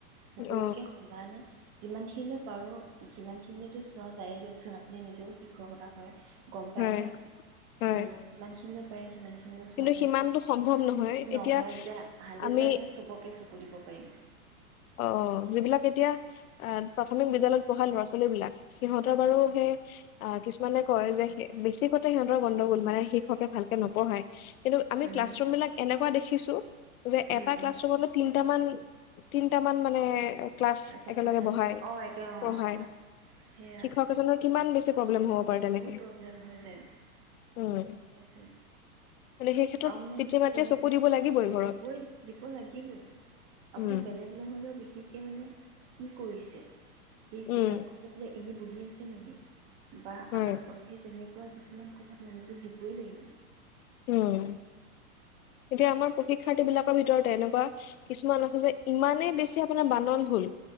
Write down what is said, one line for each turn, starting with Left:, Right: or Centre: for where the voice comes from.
Right: সকলোকে
Left: অ
Right: সমানে যিমানখিনিলৈ পাৰো সিমানখিনিলৈেতো চোৱা যায়ে দিয়কচোন আপুনি নিজেও সকতা কয় গম পায়
Left: হয়
Right: ন
Left: হয়
Right: উ যিমানখিনি পায় কি মানে চোৱা
Left: কিন্তু
Right: যে
Left: সিমানটো সম্ভৱ নহয়
Right: নহয়
Left: এতিয়া
Right: যে হানড্ৰেড
Left: আমি
Right: পাৰ্চেণ্ট চবকে চকু দিব পাৰি
Left: অ যিবিলাক এতিয়া অ প্ৰাথমিক বিদ্য়ালয়ত পঢ়া ল'ৰা ছোৱালী বিলাক সিহঁতৰ বাৰু সেই আহ কিছুমানে কয় যে বেছিকতে সিহঁতৰ গণ্ডগোল মানে শিক্ষকে ভালকে নপঢ়ায় কিন্তু আমি
Right: উম,
Left: ক্লাছৰুম বিলাক এনেকুৱা দেখিছু দেখিছো যে
Right: উম,
Left: এটা
Right: উম,
Left: ক্লাছৰ হলে তিটা মান তিনিটা মান মানে ক্া
Right: ছাত্ৰ
Left: একেলগে
Right: ছাত
Left: বহাই
Right: অ', একে অ',
Left: পহায়শিক্ষক
Right: অ', অ', সেয়া
Left: এজনৰ কিমান বেছি প্ৰব্লেম হ'ব পাৰে তেনেকে
Right: বহুত প্ৰব্লেম হৈ যায় সেইটোৱে
Left: উম মানে সেই ক্ষেত্ৰত
Right: আপ
Left: পিতৃ মাতৃয়ে
Right: তেনেক
Left: চকু দিব লাগিবই ঘৰত
Right: দিবই দিব লাগিবই
Left: উম
Right: আপোনাৰ বেলেগ নহ'লেও বিশেষকৈ মানে কি কৰিছে সেই কিতাপখনতে
Left: উম
Right: এনেই বু আহি আছে নেকি? বা
Left: হয়
Right: আকাশ পাংখি তেনেকুৱাই তেনেকুৱা কিছুমান কথাত মনোযোগ দিবই লাগিব
Left: উম এতিয়া আমাৰ প্ৰশিক্ষাৰ্থী বিলাকৰ ভিতৰত তেনেকুৱা কিছুমান আছে যে ইমানেই বেছি আপোনাৰ বানন হল